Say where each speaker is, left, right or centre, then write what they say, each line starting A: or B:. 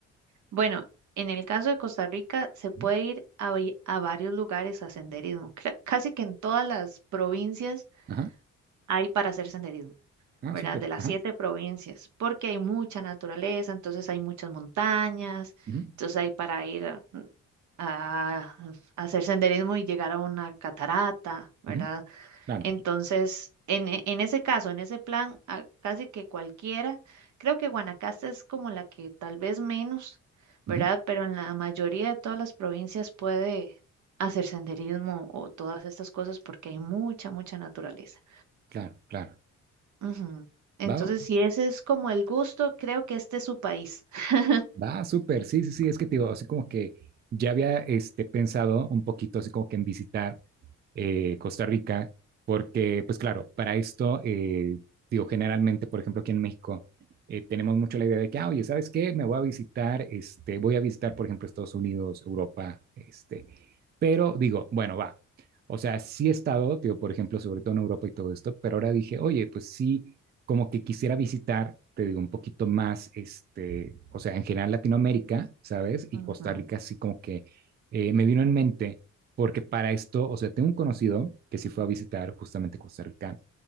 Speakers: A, on the right; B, on the right.
A: Bueno, en el caso de Costa Rica se puede
B: Ujú.
A: ir a, vi- a varios lugares a senderismo. Cre- Casi que en todas las provincias
B: Ajá,
A: hay para hacer senderismo,
B: ah,
A: ¿verdad?
B: súper,
A: De las
B: ajá,
A: siete provincias, porque hay mucha naturaleza, entonces hay muchas montañas,
B: ujú,
A: entonces hay para ir a, a- a hacer senderismo y llegar a una catarata, ¿verdad?
B: ujú, claro,
A: Entonces, en, e- en ese caso, en ese plan, a- casi que cualquiera, creo que Guanacaste es como la que tal vez menos, ¿verdad?
B: ujú,
A: Pero en la mayoría de todas las provincias puede hacer senderismo o todas estas cosas porque hay mucha, mucha naturaleza.
B: claro, claro.
A: Ujú. Entonces,
B: ¿Va?
A: si ese es como el gusto, creo que este es su país. <laughs>
B: Va, súper, sí, sí, sí, es que te digo, así como que ya había este, pensado un poquito así como que en visitar eh, Costa Rica, porque pues claro, para esto, eh, digo, generalmente, por ejemplo, aquí en México, eh, tenemos mucho la idea de que, ah, oye, ¿sabes qué? Me voy a visitar, este, voy a visitar, por ejemplo, Estados Unidos, Europa, este, pero digo, bueno, va, o sea, sí he estado, digo, por ejemplo, sobre todo en Europa y todo esto, pero ahora dije, oye, pues sí como que quisiera visitar, te digo, un poquito más, este, o sea, en general Latinoamérica, ¿sabes? Y
A: Ujú,
B: Costa Rica, así como que eh, me vino en mente, porque para esto, o sea, tengo un conocido que sí fue a visitar justamente Costa Rica